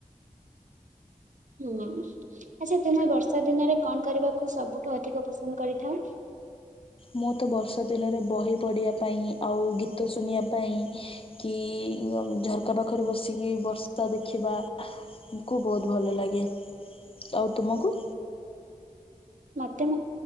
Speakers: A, on the right (about 65°); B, on the left (about 40°).
A: ହୁଁ ଆଚ୍ଛା ତୁମେ ବର୍ଷା ଦିନରେ କଣ କରିବାକୁ ସବୁଠୁ ଅଧିକ ପସନ୍ଦ କରିଥାଅ।
B: ମୁଁ ତ ବର୍ଷା ଦିନରେ ବହି ପଢ଼ିବା ପାଇଁ ଆଉ ଗୀତ ଶୁଣିବା ପାଇଁ କି ଝରକା ପାଖରେ ବସିକି ବର୍ଷା ଦେଖିବା। କୁୁ ବହୁତ ଭଲ ଲାଗେ ଆଉ ତୁମକୁ
A: ମତେ